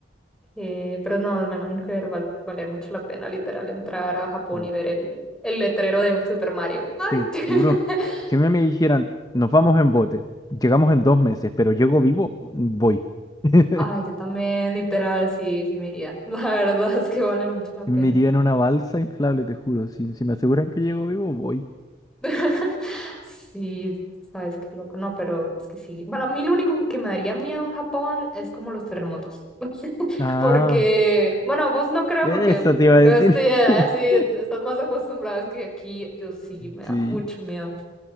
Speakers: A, in the centre; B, on the left.
A: Eh, pero no, me imagino que debe val- valer mucho la pena, literal, entrar a Japón
B: Oh.
A: y ver el, el letrero de Super Mario. Ay,
B: Te juro,
A: <laughs>
B: si a mí me dijeran, nos vamos en bote, llegamos en dos meses, pero llego vivo, voy. <laughs>
A: ay, yo también, literal, sí, sí me iría. <laughs> La verdad es que vale mucho la pena.
B: Me iría en una balsa inflable, te juro. Si, si me aseguran que llego vivo, voy.
A: <laughs> Sí, sabes qué loco. No, pero es que sí. Bueno, a mí lo único que me daría miedo en Japón es como los terremotos. <laughs>
B: Ah,
A: Porque, bueno, vos no creo,
B: eso
A: porque
B: te
A: creo
B: iba a decir.
A: que sí, allá
B: <laughs>
A: sí estás más acostumbrada. Es que aquí yo sí me
B: Sí.
A: da mucho miedo.